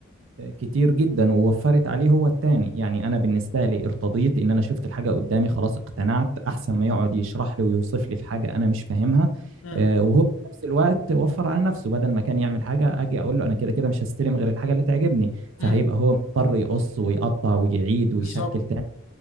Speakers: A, on the right (about 70°); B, on the left (about 70°).
A: كتير جدا ووفرت عليه هو التاني يعني انا بالنسبه لي ارتضيت ان انا شفت الحاجه قدامي خلاص اقتنعت احسن ما يقعد يشرح لي ويوصف لي في حاجه انا مش فاهمها
B: امم
A: آه، وهو في نفس الوقت وفر على نفسه بدل ما كان يعمل حاجه اجي اقول له انا كده كده مش هستلم غير الحاجه اللي تعجبني فهيبقى
B: امم
A: هو مضطر يقص ويقطع ويعيد ويشكل
B: بالظبط
A: تاني